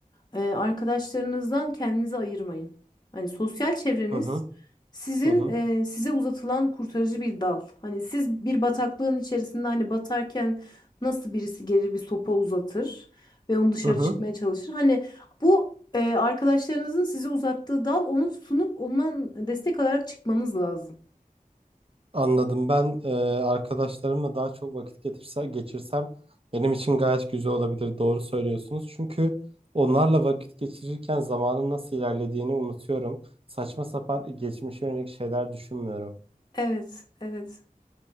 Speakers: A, on the left; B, on the right.
A: e, arkadaşlarınızdan kendinizi ayırmayın. Hani sosyal çevreniz
B: Hı hı.
A: sizin
B: Hı hı.
A: e, size uzatılan kurtarıcı bir dal. Hani siz bir bataklığın içerisinde hani batarken nasıl birisi gelir bir sopa uzatır ve onu dışarı
B: Hı hı.
A: çıkmaya çalışır. Hani bu ee, arkadaşlarınızın size uzattığı dal onu sunup ondan destek alarak çıkmanız lazım.
B: Anladım. Ben e, arkadaşlarımla daha çok vakit getirse, geçirsem benim için gayet güzel olabilir. Doğru söylüyorsunuz. Çünkü onlarla vakit geçirirken zamanın nasıl ilerlediğini unutuyorum. Saçma sapan e, geçmişe yönelik şeyler düşünmüyorum.
A: Evet, evet.